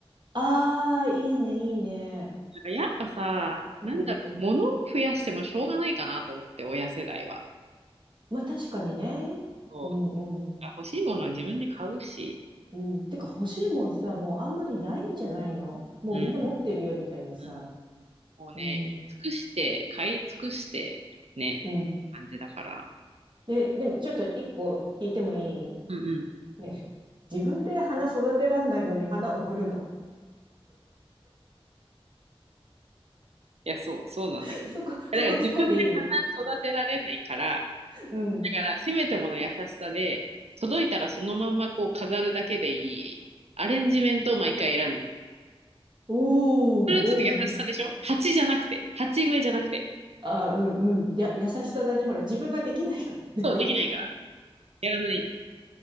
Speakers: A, on the right (about 45°); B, on the right (about 85°).
A: ああ、いいね、いいね。
B: なんかやっぱさ、なんだろう、
A: うん。
B: 物を増やしてもしょうがないかなと思って、親世代は。
A: まあ確かにね。
B: そう、
A: うん、うん。
B: 欲しいものは自分で買うし。
A: うん。てか欲しいもんさ、もうあんまりないんじゃないのもうみんな持ってるよ、
B: うん、
A: みたいなさ。
B: うんこうね、
A: うん。
B: 見尽くして、買い尽くして、ね、
A: うん。
B: 感じだから。
A: で、でもちょっと一個聞いてもいい
B: うんうん。い
A: ね。<laughs> 自分で花育てらんないのに花送るの
B: や、そう、そうなんだけど。
A: <laughs> そこ、
B: いやだから自分で花育てられないから、
A: そこ突っ込んでいいうん。
B: だからせめてもの優しさで、届いたらそのまんまこう飾るだけでいいアレンジメントを毎回選んでる。
A: おー、
B: それはちょっと優しさでしょ鉢じゃなくて、
A: おー、
B: 鉢植えじゃなくて。
A: ああ、うんうん。や、優しさだね。ほら、自分ができないからね。
B: そう、できないから。やらない。